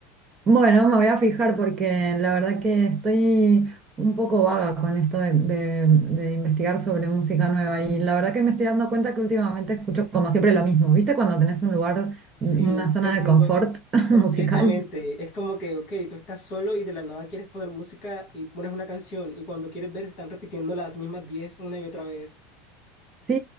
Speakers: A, on the right; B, on the left.
A: Bueno, me voy a fijar porque la verdad que estoy un poco vaga con esto de, de- de investigar sobre música nueva y la verdad que me estoy dando cuenta que últimamente escucho como siempre lo mismo. ¿Viste cuando tenés un lugar,
B: Sí,
A: una zona
B: te entiendo
A: de confort <laughs>
B: completamente.
A: musical?
B: Es como que, ok, tú estás solo y de la nada quieres poner música y pones una canción y cuando quieres ver se están repitiendo las mismas 10 una y otra vez.
A: Sí,